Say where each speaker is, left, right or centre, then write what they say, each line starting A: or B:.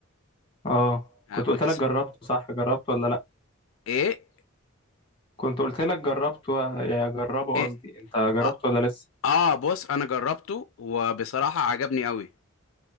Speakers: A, on the left (about 25°); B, on the left (about 80°).
A: اه
B: آه
A: كنت
B: كنت
A: قلت لك
B: س...
A: جربته صح جربته ولا لا
B: ايه
A: كنت قلت لك جربته يا جربه
B: ايه
A: قصدي انت جربته
B: اه
A: ولا لسه
B: آه، بص انا جربته وبصراحة عجبني قوي